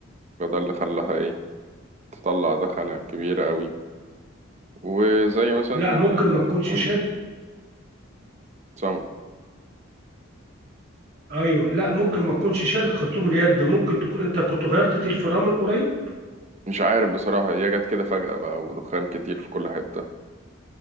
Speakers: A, on the right (about 30°); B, on the right (about 50°).
A: فده اللي خلاها ايه تطلع دخنة كبيرة قوي وزي مثلا
B: لا ممكن ما تكونش
A: كون
B: شادد
A: سمك
B: ايوه لا ممكن ما تكونش شادد خرطوم اليد ممكن تكون انت كنت غيرت تيل فرامل من قريب
A: مش عارف بصراحة هي جت كده فجأة بقى ودخان كتير في كل حتة